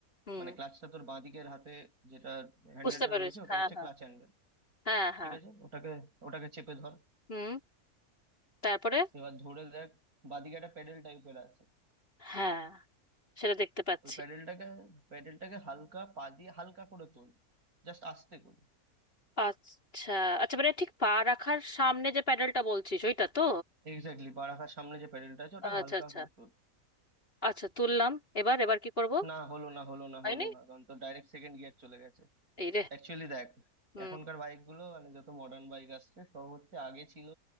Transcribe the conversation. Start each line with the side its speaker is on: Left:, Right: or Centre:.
Left: হুম
Right: মানে ক্লাচটা তোর বাঁ দিকের হাতে যেটা হ্যান্ডেলটা
Left: বুঝতে পেরেছি
Right: রয়েছে ওটা
Left: হ্যাঁ
Right: হচ্ছে
Left: হ্যাঁ
Right: ক্লাচ হ্যান্ডেল
Left: হ্যাঁ
Right: ঠিক
Left: হ্যাঁ
Right: আছে ওটাকে ওটাকে চেপে ধর
Left: হুম তারপরে
Right: এবার ধরে দেখ বাঁ দিকে একটা প্যাডেল টাইপের আছে
Left: হ্যাঁ সেটা দেখতে পাচ্ছি
Right: ওই প্যাডেলটাকে প্যাডেলটাকে হালকা পা দিয়ে হালকা করে তোল জাস্ট আস্তে করে
Left: আচ্ছা আচ্ছা মানে ঠিক পা রাখার সামনে যে প্যাডেলটা বলছিস ওইটা তো
Right: এক্স্যাক্টলি পা রাখার সামনে যে প্যাডেলটা আছে ওটাকে
Left: আচ্ছা
Right: হালকা
Left: আচ্ছা
Right: করে তোল
Left: আচ্ছা তুললাম এবার এবার কি করব
Right: না হলো না হলো না
Left: হয়নি
Right: হলো না কারণ তোর ডাইরেক্ট সেকেন্ড গিয়ার চলে গেছে
Left: এই
Right: অ্যাকচুয়ালি দেখ
Left: রে
Right: এখনকার বাইকগুলো মানে যত মডার্ন বাইক আসছে সব হচ্ছে আগে ছিল